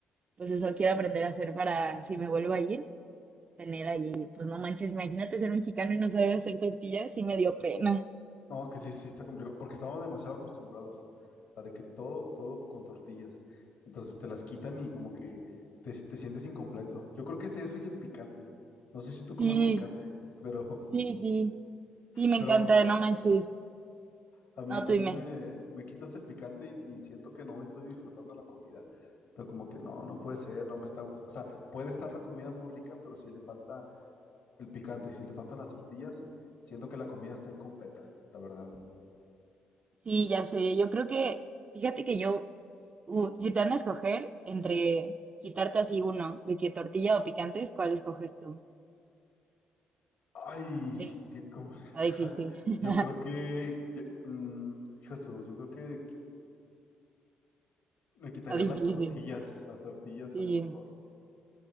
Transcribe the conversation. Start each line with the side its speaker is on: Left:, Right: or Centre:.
Right: pues eso quiero aprender a hacer para si me vuelvo a ir, tener ahí, pues no manches, imagínate ser mexicano y no saber hacer tortillas, sí me dio pena.
Left: No, que sí, sí está complicado, porque estamos demasiado acostumbrados a de que todo, todo con tortillas. Entonces te las quitan y como que te, te sientes incompleto. Yo creo que es eso y el picante. No sé si tú comas
Right: Sí,
Left: picante, pero, <laughs>
Right: sí, sí. Sí, me
Left: pero
Right: encanta, no manches.
Left: a mí,
Right: No,
Left: a
Right: tú dime.
Left: mí me, me quitas el picante y siento que no estoy disfrutando la comida. Entonces como que no, no puede ser, no me está gustando. O sea, puede estar la comida muy rica, pero si le falta el picante y si le faltan las tortillas, siento que la comida está incompleta, la verdad.
Right: Sí, ya sé. Yo creo que, fíjate que yo, uh, si te van a escoger entre quitarte así uno, de que tortilla o picantes, ¿cuál escoges tú?
Left: Ay,
Right: Sí,
Left: qué complicado.
Right: está difícil,
Left: <laughs>
Right: <laughs>
Left: Yo creo que, yo, mm, hijo de su, yo creo que me quitaría
Right: está difícil.
Left: las tortillas, las tortillas
Right: Sí,
Left: a lo mejor,